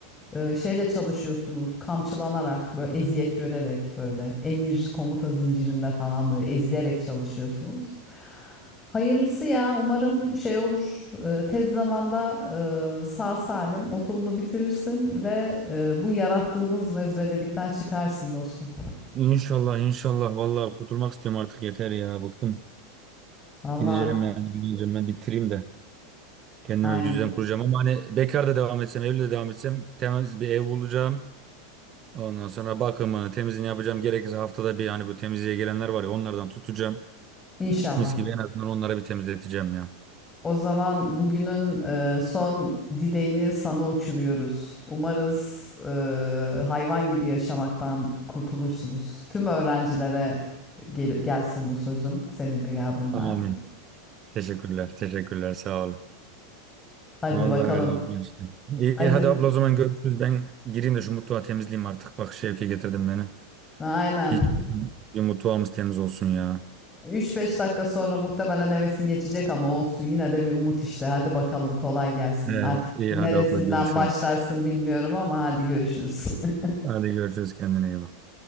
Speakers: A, on the left (about 15°); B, on the right (about 30°).
A: e, şeyle çalışıyorsunuz kamçılanarak böyle eziyet görerek böyle emir komuta zincirinde falan böyle ezilerek çalışıyorsunuz. Hayırlısı ya umarım şey olur e, tez zamanda e, sağ salim okulunu bitirirsin ve e, bu yarattığınız mezbelelikten çıkarsın dostum.
B: İnşallah inşallah. Vallahi kurtulmak istiyorum artık yeter ya. Bıktım.
A: Valla
B: Gideceğim yani. Gideceğim ben bitireyim de. Kendime
A: aynen
B: bir düzen kuracağım. Ama hani bekar da devam etsem, evli de devam etsem temiz bir ev bulacağım. Ondan sonra bakımını, temizliğini yapacağım. Gerekirse haftada bir hani bu temizliğe gelenler var ya onlardan tutacağım.
A: inşallah.
B: Mis gibi en azından onlara bir temizleteceğim ya.
A: O zaman bugünün e, son dileğini sana uçuruyoruz. Umarız e, hayvan gibi yaşamaktan kurtulursunuz. Tüm öğrencilere gel- gelsin bu sözüm senin gıyabında.
B: Amin. Teşekkürler. Teşekkürler. Sağ olun.
A: Hadi
B: Vallahi
A: bakalım.
B: öyle abla işte. İyi
A: Hadi.
B: hadi abla o zaman görüşürüz. Ben gireyim de şu mutfağı temizleyeyim artık. Bak Şevke getirdim beni.
A: Aynen.
B: Hiç bir mutfağımız temiz olsun ya.
A: 3-5 dakika sonra muhtemelen hevesin geçecek ama olsun. Yine de bir umut işte. Hadi bakalım kolay gelsin.
B: Ee,
A: Artık
B: iyi
A: neresinden
B: hadi abla görüşürüz.
A: başlarsın bilmiyorum ama hadi görüşürüz. <laughs>
B: Hadi görüşürüz kendine iyi bak.